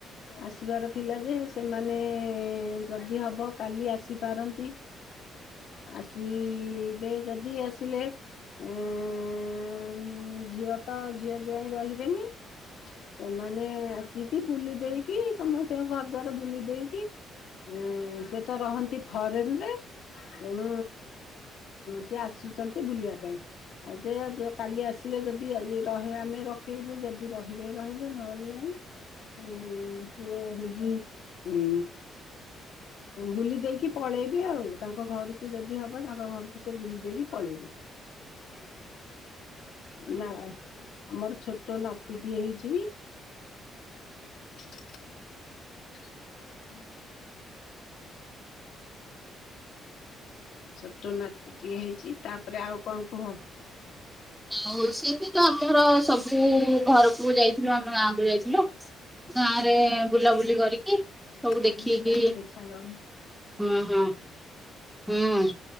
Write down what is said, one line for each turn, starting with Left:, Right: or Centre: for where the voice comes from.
Left: ଆସିବାର ଥିଲା ଯେ ସେମାନେ ଯଦି ହବ କାଲି ଆସିପାରନ୍ତି। ଆସିବେ ଯଦି ଆସିଲେ ଉ ଉ ଉୁଁ ଝିଅ ତ ଝିଅ ଜ୍ବାଇଁ ରହିବେନି। ସେମାନେ ଆସିକି ବୁଲି ଦେଇକି ସମସ୍ତଙ୍କ ଘର ଦଵାର ବୁଲି ଦେଇକି ଉ ସେ ତ ରହନ୍ତି ଫରେନ୍ ରେ। ତେଣୁ ସିଏ ଆସିଛନ୍ତି ବୁଲିବା ପାଇଁ ଆ ଯେ କାଲି ଆସିଲେ ଯଦି ରହେ ଆମେ ରଖେଇବୁ ଯଦି ରହିଲେ ରହିଲେ ନହେଲେ ନାହିଁ। ଉଁ ସିଏ ହୋଉଛି ଉଁ ବୁଲି ଦେଇକି ପଳେଇବି ଆଉ ତାଙ୍କ ଘରକୁ ଯଦି ହବ ତାଙ୍କ ଘରକୁ ସେ ବୁଲି ଦେଇକି ପଳେଇବେ। ନା ଆମର ଛୋଟ ନାତି ଟିଏ ହେଇଚି। <inaudible> ହୁଁ। ଛୋଟ ନାତି ଟିଏ ହେଇଚି ତାପରେ ଆଉ କଣ କୁହ।
Centre: ଆଉ ସେଠି ତ ଆମର ସବୁ ଘରକୁ ଯାଇଥିଲୁ ଆମ ଗାଁ କୁ ଯାଇଥିଲୁ। ଗାଁ ରେ ବୁଲାବୁଲି କରିକି କି ସବୁ
Left: ଟାଇମ୍
Centre: ଦେଖିକି
Left: ହେଲାଣି ଦେଖାଯାଉନି।
Centre: ହୁଁ ହଁ ହୁଁ।